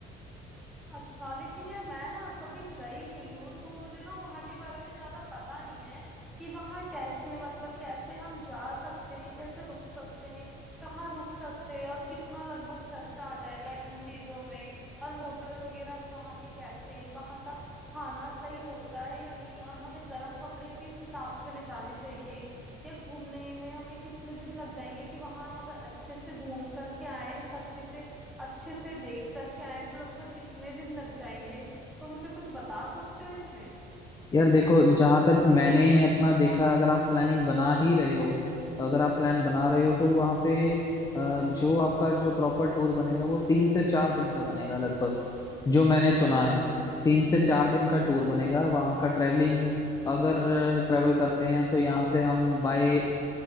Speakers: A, in the centre; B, on the left.
A: अच्छा लेकिन यार मैं ना कभी गई नहीं हूँ तो मुझे ना वहां के बारे में ज्यादा पता नहीं है कि वहां कैसे मतलब कैसे हम जा सकते हैं कैसे रुक सकते हैं कहाँ रुक सकते हैं और कितना लगभग खर्चा आ जाएगा इन चीजों में और होटल वगैरह वहां के कैसे हैं वहां का खाना सही होता है या नहीं और हमें गर्म कपड़े किस हिसाब से ले जाने चाहिए या घूमने में हमें कितने दिन लग जाएंगे कि वहां हम अगर अच्छे से घूम करके आए सब चीजें अच्छे से देख करके आए तो लगभग कितने दिन लग जाएंगे तो मुझे कुछ बता सकते हो इसमें
B: यार देखो जहां तक मैंने अपना देखा अगर आप प्लानिंग बना ही रहे हो अगर आप प्लान बना रहे हो तो वहाँ पे अ, जो आपका जो प्रॉपर टूर बनेगा वो तीन से चार दिन का बनेगा लगभग जो मैंने सुना है तीन से चार दिन का टूर बनेगा वहाँ का ट्रैवलिंग अगर ट्रैवल करते हैं तो यहाँ से हम बाय